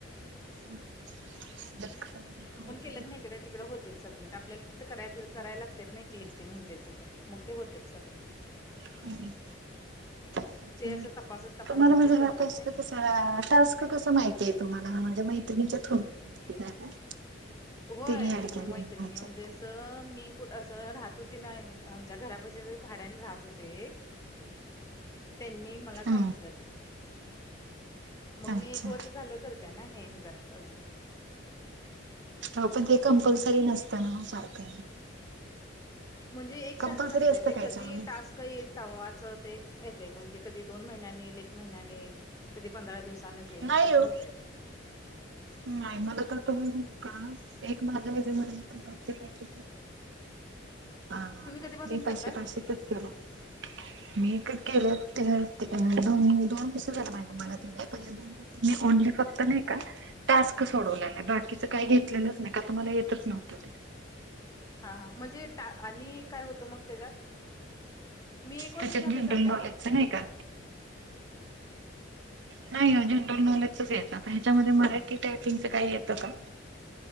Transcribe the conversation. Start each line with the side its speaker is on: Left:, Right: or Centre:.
Right: <unintelligible>
Left: केल कणी, इकडे तिकडे होत्यात सबमिट आप आपल्याला तिथं करायच करायला लागत्यात नाही क्लिक ते म्हणतय तिथं, मग ते होत्यात सबमिट.
Right: <inaudible> अ्
Left: ते असं तपासत तपासत
Right: तुम्हाला म्हणजे
Left: ते
Right: <unintelligible>
Left: करतेत
Right: कस.
Left: नाही
Right: अ- टास्क कस माहिती आहे तुम्हाला? माझ्या मैत्रिणीच्या थ्रू <unintelligible>
Left: होय.
Right: तिने ऍड केलं
Left: मैत्रिणी
Right: मला ह्याच्यात
Left: म्हणजे अस, मी कुठ अस राहतो ती नाही आमच्या घराप भाड्याने राहत होते एक त्यांनी मला सांगितलं
Right: हम्म.
Left: ते. मग
Right: अच्छा
Left: मी एक वर्ष झालं करत्या ना हे ह्याच्यात अजून.
Right: हो पण ते कंपल्सरी नसतं ना सारख.
Left: म्हणजे एकसारखं
Right: कंपल्सरी
Left: नसतंय
Right: असतं
Left: ते
Right: काय
Left: कधी
Right: चालू
Left: टास्क येईल तवाच ते येतेय. म्हणजे कधी दोन महिन्याने येईल, एक महिन्याने येईल, कधी पंधरा दिवस वसानच येईल
Right: नाही
Left: असं
Right: ओ
Left: होतय ते.
Right: नाही मला तर तु का, एक माझा हजे म्हचे माझे पैसे हा.
Left: तुम्ही कधीपासून
Right: मी
Left: करताय
Right: पाशे पाशेचच केलो. मी का केलं ते ते दोन् दोन कस झालं माहि मला ते लई पहिले दोन मी ओनली फक्त नाही का टास्क सोडवलेलं
Left: हा
Right: आहे. बाकीचं काही घेतलेलंच नाही का, तुम्हाला येतच नव्हतं ते?
Left: हा हा म्हणजे टा आणि काय होतं मग तेज्यात? मी एक वर्ष
Right: त्याच्यात
Left: झालं
Right: जनरल
Left: करत्या
Right: नॉलेजच
Left: मग ते
Right: नाही का नाही हो जनरल नॉलेजचच येता. ह्याच्यामध्ये मराठी टायपिंगच काही येतं का?